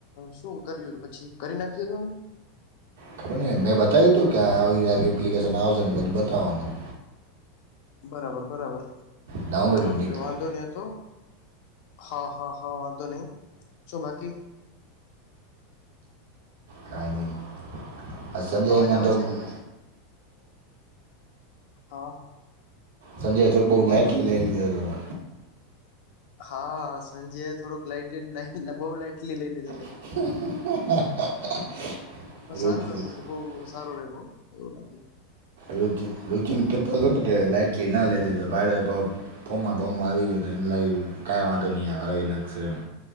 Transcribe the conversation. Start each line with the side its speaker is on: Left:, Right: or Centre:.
Left: શું કર્યું હતું પછી કરી નાખ્યું હતું એને.
Right: ખબર ન મેં બતાવ્યું તું કે આવી આવી એપ્લિકેશન આવશે ને બધું બતાવવાનું.
Left: બરાબર બરાબર
Right: ડાઉનલોડ
Left: ઓકે ઓકે
Right: નહીં કરી
Left: વાંધો નઈહતો. હા હા હા વાંધો નહી શો બાકી.
Right: કાંઈ નહીં આ સંજય
Left: અવાજ
Right: મંધો
Left: આવે છે
Right: હવવ.
Left: હા.
Right: સંજય થ બઉ
Left: બોલ
Right: લાઈટલી
Left: બોલ
Right: લઈ લીધો.
Left: હા સંજયે થોડોક લાઈટ લટ બહુ લઇટ લઈ લીધો હતો.
Right: એ <inaudible>
Left: સારું રમી ગયું બહુ <inaudible> એવું નથી.
Right: રૂચિન રૂચિન કેતોને કે લાઈટલી ના લેધોતો ભાડેભો. ફોમ્માં ફોમ આવી ગયો તો એમ લાગ કઈ વાંધો નહી રહી નાખશે એમ